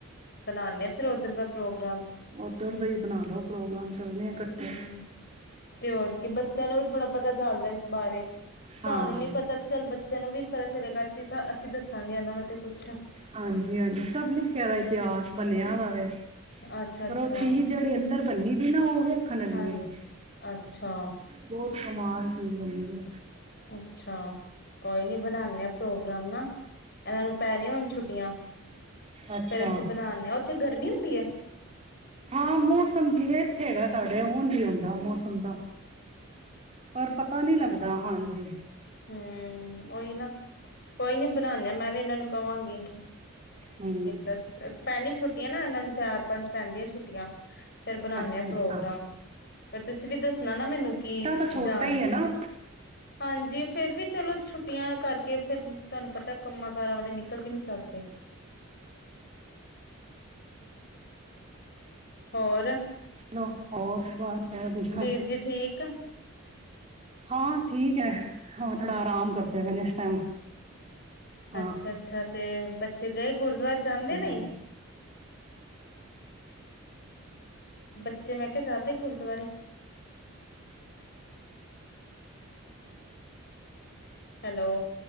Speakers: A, on the left (about 50°); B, on the right (about 30°).
A: ਬਣਾਣੇ ਹਾਂ ਫੇਰ ਉੱਧਰ ਦਾ ਪ੍ਰੋਗ
B: ਓਧਰ ਤੋਂ ਹੀ ਬਣਾ ਲੋੋ ਪ੍ਰੋਗਰਾਮ ਚੱਲਣੇ ਆ ਇਕੱਠੇ
A: ਹੂੰ ਤੇ ਹੋਰ ਕੀ ਬੱਚਿਆਂ ਨੂੰ ਵੀ ਥੋੜ੍ਹਾ ਪਤਾ ਚੱਲਦਾ ਇਸ ਬਾਰੇ। ਸਾਨੂੰ
B: ਹਾਂ
A: ਨੀ ਪਤਾ ਤੇ ਚੱਲ ਬੱਚਿਆਂ ਨੂੰ ਵੀ ਪਤਾ ਚਲੇਗਾ ਸੀ ਅਸੀ ਕੀ ਦਸ ਸੰਗ ਜਾਂਦਾ ਮੈਂ ਤੇ ਕੁੱਛ
B: ਹਾਂਜੀ-ਹਾਂਜੀ ਸਭ ਲਿਖਿਆ ਦਾ ਇਤਿਹਾਸ ਬਣਿਆ ਵਾ ਵ
A: ਅੱਛਾ-ਅੱਛਾ
B: ਪਰ ਉਹ ਚੀਜ਼ ਜਿਹੜੀ ਓਧਰ ਬੰਨੀ ਦੀ ਨਾ ਉਹ ਵੇਖਣ ਵਾਲੀ
A: ਹਾਂਜੀ
B: ਹੈ
A: ਅੱਛਾ-ਅੱਛਾ।
B: ਜੋ ਕਮਾਲ ਖੀਰ ਬਨਦੀ ਐ।
A: ਅੱਛਾ, ਕੋਈ ਨੀ ਬਣਾਣੇ ਆ ਪ੍ਰੋਗਰਾਮ ਨਾ ਇਹਨਾਂ ਨੂੰ ਪੈਣ ਹੁਣ ਛੁੱਟੀਆਂ
B: ਅੱਛਾ
A: ਫੇਰ ਅਸੀਂ ਬਣਾਣੇ ਹਾਂ, ਉੱਥੇ ਗਰਮੀ ਹੁੰਦੀ ਹੈ।
B: ਹਾਂ ਮੂੰਹ ਸਮਝਵੇ ਥੇਗਾ। ਸੜਿਆ ਉਂਜ ਈ ਆਉਂਦਾ ਮੌਸਮ ਦਾ ਪਰ ਪਤਾ ਨਹੀ ਲੱਗਦਾ ਹਾਂਜੀ- ਜੀ
A: ਹੂ ਔਹੀ ਨਾ, ਕੋਈ ਨੀ ਬਣਾਉਾਨਨੇ ਆਂ, ਮੈਂ ਵੀ ਇਹਨਾਂ ਨੂੰ ਕਹਾਂਗੀ
B: ਹੂੰ
A: ਕਿਤਾ ਸਿਰ੍ਫ ਪੈਂਦੀ ਛੁੱਟੀਆਂ ਨਾ ਇਹਨਾਂ ਨੂੰ ਚਾਰ ਪੰਜ ਪੈਂਦੀਆਂ ਛੁੱਟੀਆਂ ਫੇਰ ਬਣਾਣੇ
B: ਅੱਛਾ
A: ਆ ਪ੍ਰੋਗਰਾਮ
B: ਅੱਛਾ
A: ਪਰ ਤੁਸੀਂ ਵੀ ਦੱਸਣਾ ਨਾ ਮੈਨੂੰ ਕੀ
B: ਬੇਟਾ ਤਾਂ ਛੋਟਾ
A: ਜਾਣ
B: ਹੀ ਹੈ ਨਾ
A: ਹਾਂਜੀ ਫਿਰ ਵੀ ਚਲੋ ਛੁੱਟੀਆਂ ਕਰਕੇ, ਫਿਰ ਤੁਹਾਨੂੰ ਪਤਾ ਕੰਮਾਂ ਕਾਰਾਂ ਵਾਲੇ ਨਿਕਲ ਵੀ ਨੀ ਸਕਦੇ, ਹੋਰ
B: ਲੋ ਹੋਰ ਬਸ ਵਧੀਆ
A: ਵੀਰ ਜੀ ਠੀਕ
B: ਹਾਂ ਠੀਕ ਹੈ, ਹੂਣ ਥੋੜਾ ਆਰਾਮ ਕਰਦੇ ਪਏ ਨੇੈ ਇਸ ਟਾਈਮ ਹਾਂ
A: ਅੱਛਾ ਅੱਛਾ ਤੇ ਬੱਚੇ ਗਏ ਗੁਰ ਵਾਰ ਜਾਂਦੇ
B: ਹੂੰ
A: ਨਹੀਂ ਬੱਚੇ ਮੈਂ ਕਿਹਾ ਜਾਂਦੇ ਗੁਰਦੁਆਰੇ ਹੈਲੋ